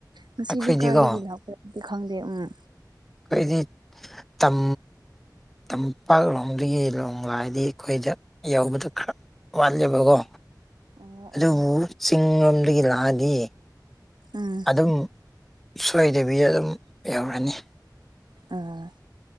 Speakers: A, on the right; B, in the centre.
A: ꯉꯁꯤꯗꯤ
B: ꯑꯩꯈꯣꯏꯗꯤꯀꯣ
A: ꯀꯥꯏꯗꯒꯤ ꯂꯥꯛꯄ꯭ꯔꯥꯗꯤ ꯈꯪꯗꯦ ꯎꯝ
B: ꯑꯩꯈꯣꯏꯗꯤ ꯇꯝ ꯇꯝꯄꯥꯛꯂꯣꯝꯗꯨꯒꯤ ꯅꫭꯡ‌ ꯂꯥꯛꯑꯗꯤ ꯑꯩꯈꯣꯏꯗ ꯌꯧꯕꯗ ꯈꯔ ꯋꯥꯠꯂꯦꯕꯀꯣ
A: ꯑꯣ
B: ꯑꯗꯨꯕꯨ
A: ꯑꯣ
B: ꯆꯤꯡ ꯂꯣꯝꯗꯒꯤ ꯂꯥꯛꯑꯗꯤ
A: ꯎꯝ
B: ꯑꯗꯨꯝ ꯁꯣꯏꯗꯕꯤꯗ ꯑꯗꯨꯝ ꯌꯧꯔꯅꯤ
A: ꯑꯝ